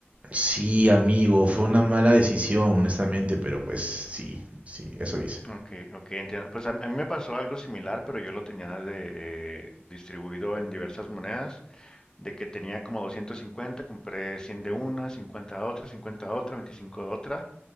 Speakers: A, on the right (about 30°); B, on the left (about 15°).
A: Sí, amigo, fue una mala decisión, honestamente, pero pues sí, sí, eso hice.
B: Ok, ok, entiendo. Pues a, mí a mí me pasó algo similar, pero yo lo tenía de, eh, distribuido en diversas monedas. de que tenía como 250, compré 100 de una, 50 de otra, 50 de otra, 25 de otra,